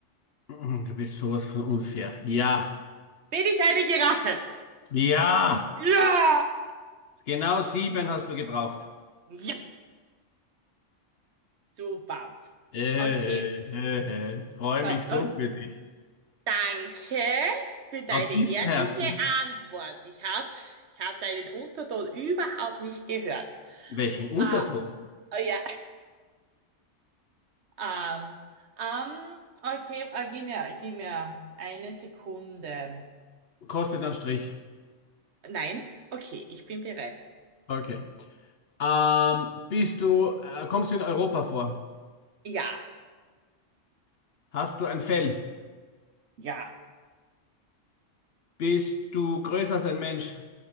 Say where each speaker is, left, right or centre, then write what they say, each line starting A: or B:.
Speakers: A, on the left (about 55°); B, on the right (about 65°).
A: Mm, Du bist sowas von unfair. Ja.
B: Bin ich eine Giraffe?
A: Ja.
B: Ja!
A: Genau sieben hast du gebraucht.
B: Ja, super.
A: Äh,
B: Okay,
A: äh, äh, freue
B: so,
A: mich so
B: oh,
A: für dich.
B: danke für deine
A: Aus tiefstem
B: ehrliche
A: Herzen.
B: Antwort. Ich hab, ich hab deinen Unterton überhaupt nicht gehört.
A: Welchen Unterton?
B: Ah, oh ja, ähm, ähm, okay, äh, gib mir, gib mir eine Sekunde.
A: Kostet einen Strich.
B: Nein, okay, ich bin bereit.
A: Okay. Ähm, bist du, äh, kommst du in Europa vor?
B: Ja,
A: Hast du ein Fell?
B: ja,
A: Bist du größer als ein Mensch?